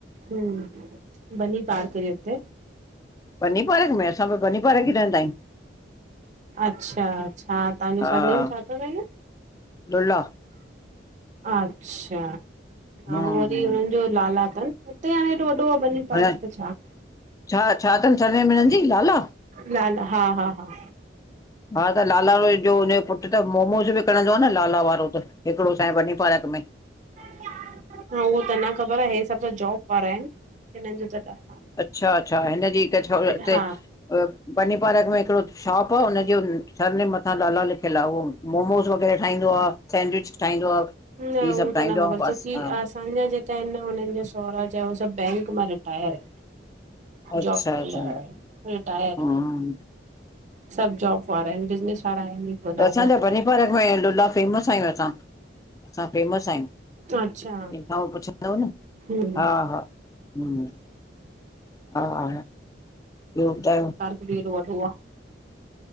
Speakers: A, on the right; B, on the left.
A: हूं, बनीं पार्क जे उते।
B: बनींपारक में, असां बि बनींपारक ई रहंदायूं।
A: अच्छा अछा, तहांजो
B: हा
A: सरनेम छाथो रहेव?
B: लुला
A: अच्छा,
B: हम्म
A: अऊं वरी हुनन जो लाला तन। उते हाणे एॾो वॾो आ बनी पार्क
B: हाणे
A: त छा।
B: छा, छा थन सरनेम हिनन जी लाला?
A: लाला, हा हा हा
B: हा त, लाला उहोई जो उनजो पुट पुट्र त मोमोज़ विकणदो आ न, लाला वारो त हिकड़ो असांजे बनींपारक में।
A: न, उहो त न ख़बर आ, हे सब त जॉब वारा एन, हिनन जो त ॾा
B: अच्छा अच्छा, हिनजी हिक छोर ते
A: हा
B: बनीपारक में हिकड़ो शॉप आ, उनजे सरनेम मथां लाला लिखियल आ, ओ मोमोस़ वग़ैरा ठाईंदो आ, सैंडविच ठाईंदो आ।
A: न,
B: इहे
A: हू
B: सभु ठाहींदो
A: त न ख़बर,
B: आ बस
A: छोकी
B: हा
A: आस् असांजा जेका एन न, हुनन जा सहुरा जा, हू सभ बैंक मां रिटायर एन।
B: अच्छा
A: जॉब कंदा
B: अच्छा
A: हुया, रिटायर
B: हम्म
A: एन। सभु् जॉब वारा एन, बिज़नस वारा आहिन ई कोन
B: त असांजा,
A: उहे
B: बनीपारक में लुल्ला फेमस आयूं असां, असां फेमस आयूं।
A: अच्छा
B: केंखां बि पुछंदव न,
A: हम्म
B: हा हा, हूं हा हा, ॿयो ॿुधायो?
A: दिल्ली एॾो वॾो आ।